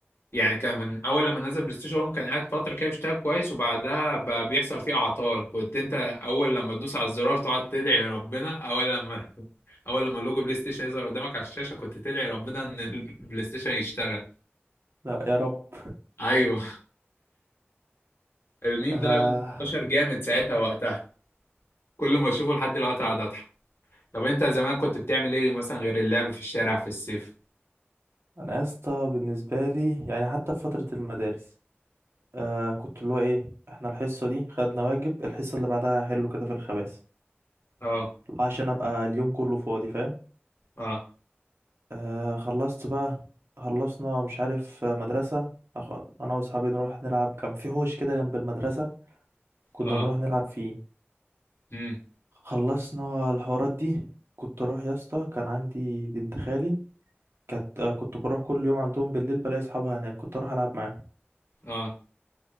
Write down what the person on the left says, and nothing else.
يعني كان من اول لما نزل بلاي ستيشن 1 كان قاعد فتره كده بيشتغل كويس وبعدها بقى بيحصل فيه اعطال كنت انت اول لما تدوس على الزرار تقعد تدعي ربنا اول لما <laughs> اول لما لوجو بلاي ستيشن يظهر قدامك على الشاشه كنت تدعي ربنا ان البلاي <laughs> ستيشن يشتغل
ايوه <laughs> الميم
ده انتشر جامد ساعتها وقتها كل ما اشوفه لحد دلوقتي اقعد اضحك طب انت زمان كنت بتعمل ايه مثلا غير اللعب في الشارع في الصيف
اه
اه
اه
امم
اه